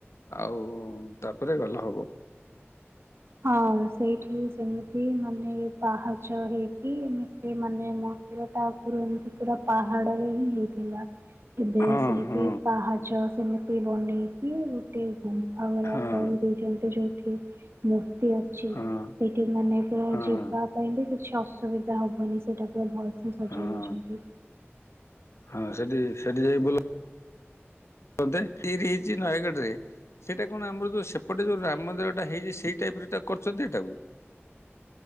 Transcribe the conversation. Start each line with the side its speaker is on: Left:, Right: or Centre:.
Left: ଆଉ ତାପରେ ଗଲେ ହବ।
Right: ହଁ ସେଇଠି ସେମିତି ମାନେ ପାହାଚ ହେଇକି ଏମିତି ମାନେ ମନ୍ଦିର ଟାଗରୁ ଏମିତି ପୁରା ପାହାଡରେ ହିଁ ହେଇଥିଲା। ଏଵେ
Left: ହଁ
Right: ସେଇଠି
Left: ହଁ
Right: ପାହାଚ ସେମ ବି ବନେଇକି ଗୋଟେ ଗୁ ଭ ଭଳିଆ
Left: ହଁ
Right: କରି ଦେଇଛନ୍ତି ଯୋଉଠି। ମୂର୍ତ୍ତି ଅଛି ସେଇଠି
Left: ହଁ
Right: ମାନେତ
Left: ହଁ
Right: ଯିବା ପାଇଁ ବି କିଛି ଅସୁ ଅସୁବିଧା ହବନି। ସେଟାକୁ ଭଲସେ ସଜାଇ
Left: ହଁ
Right: ଦେଇଛନ୍ତି।
Left: ହଁ ସେଠି ସେଠି ଯାଇ ବୁଲ କଣଟେ ତିରି ହେଇଛି ନୟାଗଡ଼ରେ ସେଇଟା କଣ ଆମର ଯୋଉ ସେପଟେ ଯୋଉ ରାମ ମନ୍ଦିରଟା ହେଇଛି ସେଇ ଟାଇପର ତାକୁ କରଛନ୍ତି ହେଟାକୁ?